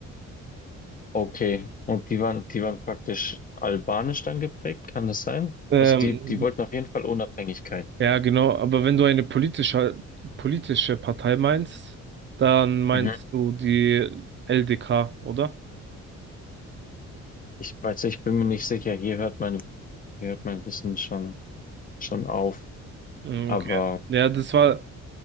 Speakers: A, on the left; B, on the right.
A: Okay, und die waren, die waren praktisch albanisch dann geprägt, kann das sein?
B: Ähm,
A: Also die, die wollten auf jeden Fall Unabhängigkeit.
B: ja, genau, aber wenn du eine politische, politische Partei meinst, dann meinst
A: Mhm.
B: du die LDK, oder?
A: Ich weiß, ich bin mir nicht sicher. Hier hört mein, hier hört mein Wissen schon, schon auf.
B: Mm,
A: Aber
B: Okay. Ja, das war